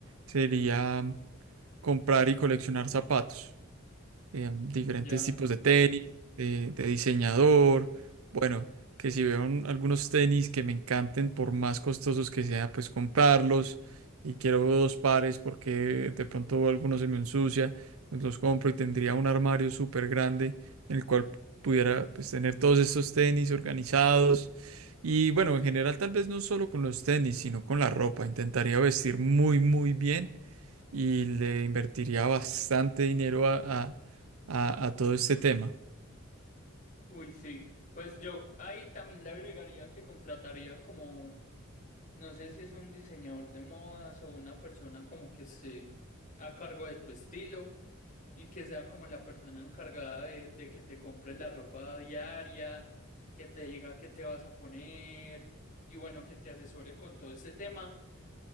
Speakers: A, on the right; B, on the left.
A: sería mm, comprar y coleccionar zapatos eh, diferentes
B: Ya,
A: tipos de tenis, eh, de diseñador. Bueno, que si veo un- algunos tenis que me encanten, por más costosos que sea, pues comprarlos. Y quiero dos pares porque de pronto alguno se me ensucia, pues los compro y tendría un armario súper grande en el cual pudiera pues tener todos estos tenis organizados. Y bueno, en general tal vez no solo con los tenis, sino con la ropa. Intentaría vestir muy, muy bien y le invertiría bastante dinero a, a- a- a todo este tema.
B: uy, sí. Pues yo ahí también le agregaría que contrataría como, no sé si es un diseñador de modas o una persona como que esté a cargo de tu estilo y que sea como la persona encargada de, de que te compres la ropa diaria, que te diga qué te vas a poner y bueno, que te asesore con todo este tema.